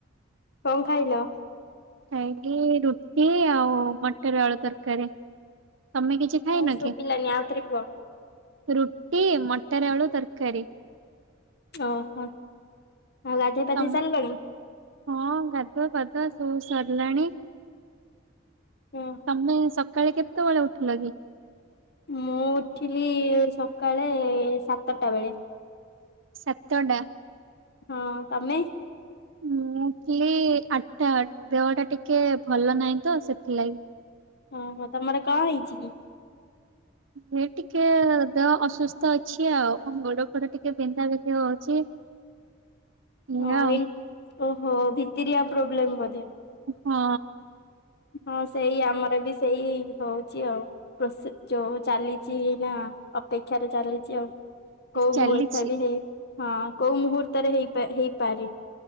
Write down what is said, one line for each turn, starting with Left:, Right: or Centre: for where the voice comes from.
Left: କଁ ଖାଇଲ?
Right: ଖାଇଲି ରୁଟି ଆଉ ମଟର ଆଳୁ ତରକାରୀ। ତମେ କିଛି ଖାଇନ
Left: ହଁ ଶୁଭିଲାନି
Right: କି?
Left: ଆଉଥରେ କୁହ
Right: ରୁଟି ମଟର ଆଳୁ ତରକାରୀ।
Left: ଓହୋ ଆଉ ଗାଧୋଇ ପାାଧେଇ
Right: ତମ
Left: ସାଲଲଣି?
Right: ହଁ ଗାଧୁଆ ପାଧୁଆ ସବୁ ସରିଲାଣି।
Left: ଓହୋ
Right: ତମେ ସକାଳେ କେତେବେଳେ ଉଠିଲ କି?
Left: ମୁଁ ଉଠିଲି ସକାଳେ ସାତଟା ବେଳେ।
Right: ସତଡ଼ା।
Left: ହଁ ତମେ?
Right: ମୁଁ ଉଠିଲି ଆଟା ଦେହ ଟା ଟିକେ ଭଲ ନାହିଁ ତ ସେଥିଲାଗି।
Left: ଓହୋ ତମର କଣ ହେଇଛି କି?
Right: ହେ ଟିକେ ଦେହ ଅସୁସ୍ଥ ଅଛି ଆଉ ଗୋଡ ଫୋଡ ଟିକେ ବିନ୍ଧା ବିନ୍ଧି ହଉଛି। ଏଇଆ
Left: ଓ
Right: ଆଉ
Left: ଏ ଓହୋ ଭିତତିଆ ପ୍ରୋବ୍ଲେମ୍ ବୋଧେ।
Right: ହଁ।
Left: ହଁ ସେଇ ଆମର ବି ସେଇ ହଉଛି ଆଉ। ପ୍ର ଯୋଉ ଚାଲିଛି ନା ଅପେକ୍ଷାରେ ଚାଲିଛି ଆଉ କୋଉ
Right: ଚାଲିଛି
Left: ମୁହୂର୍ତ୍ତ ବି ହେଇ ହଁ କୋଉ ମୁହୂର୍ତ୍ତରେ ହେଇ ହେଇପାରେ।